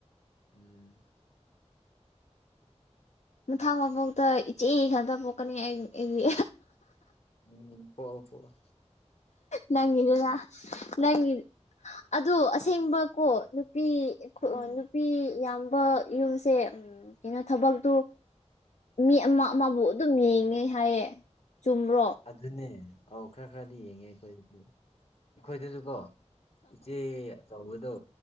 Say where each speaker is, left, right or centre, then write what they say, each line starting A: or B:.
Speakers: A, on the left; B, on the left.
A: ꯎꯝ
B: ꯃꯊꯪ ꯃꯕꯣꯛꯇ ꯏꯆꯦ ꯈꯟꯇ ꯄꯣꯛꯀꯅꯤ ꯑꯩ
A: ꯄꫭꯛꯑꫭ ꯄꫭꯛꯑꫭ
B: ꯅꯪꯗꯔ ꯅꯪꯒꯤ ꯑꯗꫭ ꯑꯁꯦꯡꯕꯀꯣ ꯅꯨꯄꯤ
A: ꯎꯝ
B: ꯅꯨꯄꯤ ꯌꯥꯝꯕ ꯌꯨꯝꯁꯦ ꯀꯩꯅꯣ ꯊꯕꯛꯇꯨ ꯃꯤ ꯑꯃ ꯑꯃꯕꯨ ꯑꯗꯨꯝ ꯌꯦꯡꯉꯦ ꯍꯥꯏꯌꯦ ꯆꯨꯝꯕ꯭ꯔꯣ
A: ꯑꯗꯨꯅꯦ ꯑꯧ ꯈꯔ ꯈꯔꯗꯤ ꯌꯦꯡꯉꯦ ꯑꯩꯈꯣꯏ ꯑꯩꯈꯣꯏꯗꯁꯨꯀꯣ ꯏꯆꯦ ꯑꯆꯧꯕꯗꯣ